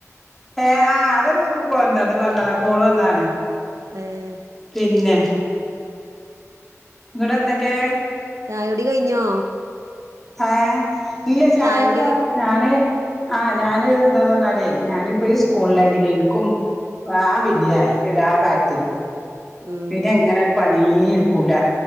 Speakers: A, in the centre; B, on the right.
A: ഏ ആ് അതൊരു എന്തത് വഞ്ഞതാ കോള് വന്നതാണ്
B: ഏഹ്
A: പിന്നെ ഇങ്ങട എന്തൊക്കെ
B: ചായോടി കഴിഞ്ഞോ
A: ആഹ ഇല്ല ചായ
B: ചായുടി
A: ഇടുവാ
B: കഴി
A: ഞാന്- ആഹ് ഞാന് എന്താഞ്ഞാലേ ഞാനിപ്പോ സ്കൂളിലെങ്കിലില് എനിക്കും- ആഹ ബിസിയാ എല്ലാ കാര്യത്തിലും
B: ഉം
A: പിന്നെ എങ്ങനെ ഒരു പണി എടുക്കൂല